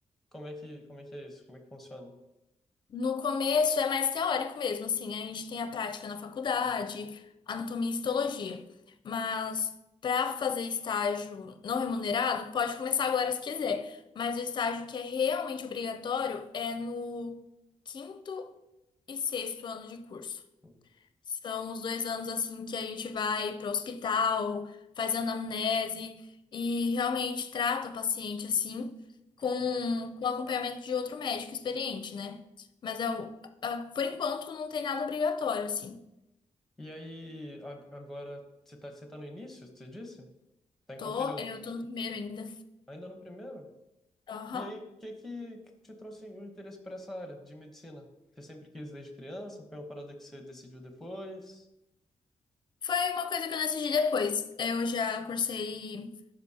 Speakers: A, in the centre; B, on the left (about 35°).
A: como é que, como é que é isso? Como é que funciona?
B: No começo é mais teórico mesmo, assim, a gente tem a prática na faculdade,
A: Uhum,
B: anatomia e histologia. Mas para fazer estágio não remunerado, pode começar agora se quiser. Mas o estágio que é realmente obrigatório é no quinto e sexto ano de curso.
A: uhum,
B: São os dois anos assim que a gente vai para o hospital, faz anamnese e realmente trata o paciente assim, com,
A: uhum.
B: com acompanhamento de outro médico experiente, né? Mas é o- a- por enquanto não tem nada obrigatório, assim.
A: E aí, a- agora, você tá, você tá no início, você disse? Tá em qual
B: Tô,
A: período?
B: eu tô no primeiro ainda.
A: Ainda no primeiro?
B: Aham.
A: E aí, o que, que que te trouxe o interesse por essa área de medicina? Você sempre quis desde criança? Foi uma parada que você decidiu depois?
B: Foi uma coisa que eu decidi depois. Eu já cursei,